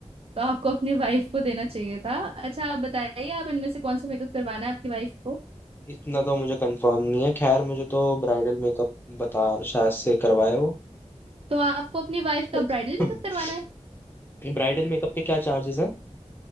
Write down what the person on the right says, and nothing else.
तो आपको अपनी वाइफ को देना चाहिए था अच्छा आप बताइए आप इनमें से कौन सा मेकअप करवाना है आपकी वाइफ को
तो आपको अपनी वाइफ
का ब्राइडल मेकअप करवाना है